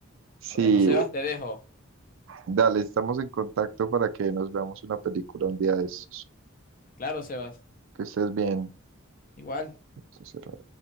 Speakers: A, on the right; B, on the left.
A: Sí,
B: Bueno, Sebas, te dejo.
A: Dale, estamos en contacto para que nos veamos una película un día de estos.
B: Claro, Sebas.
A: Que estés bien.
B: Igual.
A: Entonces,